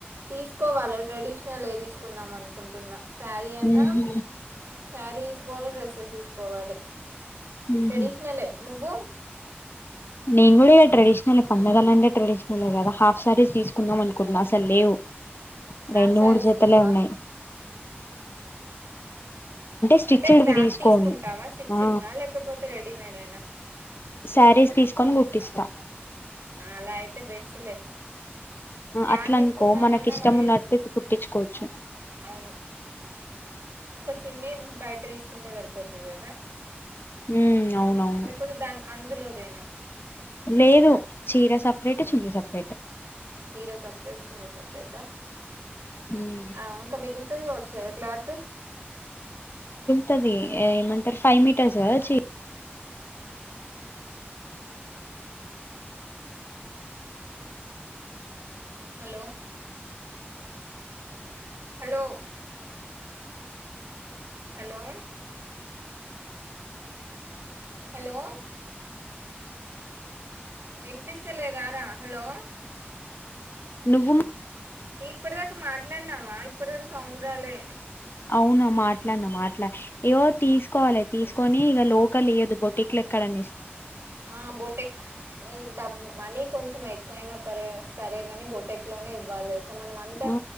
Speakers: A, on the right; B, on the left.
A: తీసుకోవాల ట్రెడిషనలే తీసుకుందాం అనుకుంటున్నా శారీ అన్నా
B: ఉ హు
A: శారీ కొల డ్రెస్సెస్ తీసుకోవాలి
B: ఉహు
A: ట్రెడిషనలే నువ్వు
B: నేను కూడా ఇగ ట్రెడిషనలే పండగలంటే ట్రెడిషనలె కదా హాఫ్ సారీస్ తీసుకుందాం అనుకున్నా అసలు లేవు రెండు
A: యాప్ శారీస్
B: మూడు జతలే
A: లేవా
B: ఉన్నాయ్ స్టిచ్డ్వి
A: అంటే క్లాత్
B: తీసుకోను
A: తీసుకుంటావా స్టిచ్చింగా
B: ఆ
A: లేకపోతే రెడీమేడేనా
B: శారీస్ తీసుకొని గుట్టిస్తా
A: అ అలా అయితే బెస్ట్లే క్లాత్
B: అట్లా
A: తీసుకుందామన్నా
B: అనుకో మనకి ఇష్టం
A: మళ్ళీ
B: ఉన్నట్టుది కుట్టిచుకోవచ్చు
A: అవును ఒక చున్ని బయట తీసుకుంటే సరిపోతది కదా
B: ఉ అవునవును
A: లేకపోతే దాని అందులోదేనా
B: లేదు చీర సెపరేట్ చున్ని సెపరేట్
A: చీర సపరేట్ చున్నీ సపరేటా
B: ఉమ్
A: ఆవ్ ఇంకా మిగిలితది కావచ్చు కదా క్లాత్
B: తది ఎ ఎమంటరు ఫైవ్ మీటర్స్ కదా చి
A: హలో హలో హలో హలో వినిపిస్తలేదారా హలో
B: నువ్వు
A: ఇప్పటిదాకా మాట్లాడినావా ఇప్పటిదాకా సౌండ్ రాలే
B: అవునా మాట్లాడిన మాట్లా ఇగో తీసుకోవాలే తీసుకొని ఇక లోకలియ్యేదు బోటిక్ లో ఎక్కడన
A: ఆ బొటే ఆ డబ్ మనీ కొంచెం ఎక్కువయినా పరే సరేగాని బొటెక్ లోనే ఇవ్వాలి తెల్సా అంటే
B: ఆ